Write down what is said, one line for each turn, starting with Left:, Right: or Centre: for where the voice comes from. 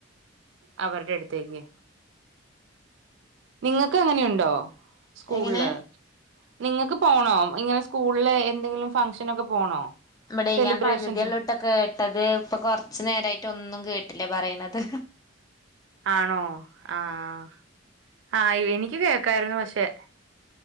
Right: അവര്ടെ എടു തേക്ക്. നിങ്ങക്ക് അങ്ങനെയുണ്ടോ സ്കൂൾല്.
Left: എങ്ങനെ
Right: നിങ്ങക്ക് പോണോ ഇങ്ങനെ സ്കൂൾലെ എന്തെങ്കിലും ഫംഗ്ഷനൊക്കെ പോണോ.
Left: മ്മടെ
Right: സെലിബ്രേഷൻസ്
Left: ഞാൻ പക്‌തി ഒള്ളു ഇട്ട കേട്ടത് ഇപ്പൊ കൊറച്ചു നേരമായിട്ട് ഒന്നും കേട്ടില്ല പറയണത്.
Right: ആണോ ആഹ് ആ എനിക്ക് കേക്കായിരുന്നു പക്ഷെ.